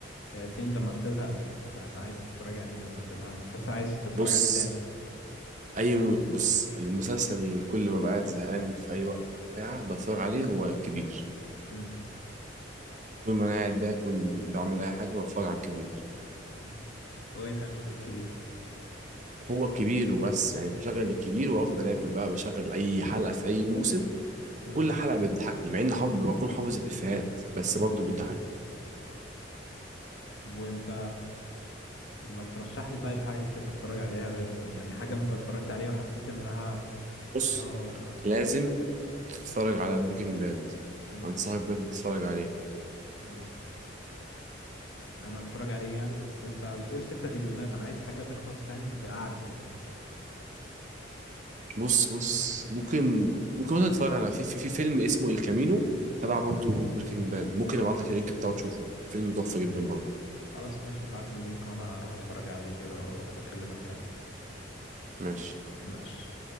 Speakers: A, on the left; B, on the right.
A: كياسين لما بتزهق بتبقى عايز تتفرج عليه مثلا بتبقى مسلسل عايز تتفرج
B: بص
A: عليه تاني
B: اي م... بص المسلسل كل ما بقعد زهقان في اي وقت بتاع بتفرج عليه هو الكبير
A: امم
B: طول ما انا قاعد باكل بعمل اي حاجه بتفرج على الكبير
A: أمم. وايه تاني كده كبير
B: هو الكبير وبس يعني بشغل الكبير وافضل اكل بقى بشغل اي حلقه في اي موسم
A: امم
B: وكل حلقه بتضحكني مع اني حافظ بكون حافظ الافيهات بس
A: أمم.
B: برضه بتضحكني
A: وانت ما ترشح لي طيب حاجة كده اتفرج عليها غير يعني حاجة انت اتفرجت عليها وحسيت انها
B: بص
A: اللي هو
B: لازم تتفرج على بريكنج باد
A: امم
B: انصحك بجد تتفرج عليه
A: أمم. انا اتفرج عليه يعني بس انت بتقول ستة سيزونات انا عايز حاجة تخلص فاهم في قعدة كده
B: بص بص ممكن ممكن مثلا تتفرج على في في, في فيلم اسمه الكامينو تبع برضه بريكنج باد ممكن ابعت لك اللينك بتاعه تشوفه فيلم تحفه جدا برضه
A: خلاص ماشي ابعت لي اللينك وانا اروح اتفرج عليه كده واكلمك تاني
B: ماشي
A: ماشي